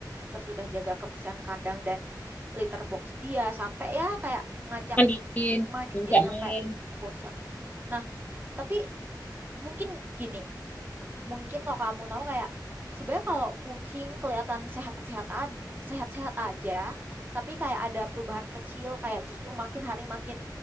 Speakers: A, on the right; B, on the left.
A: terus udah jaga kebersihan kandang dan litter box dia sampai ya kayak ngajak
B: Mandiin,
A: main
B: minjak
A: dia nyampe
B: main.
A: bosan nah tapi mungkin gini mungkin kalau kamu tahu kayak sebenarnya kalau kucing kelihatan sehat-sehat ad- sehat-sehat aja, tapi kayak ada perubahan kecil kayak justru makin hari makin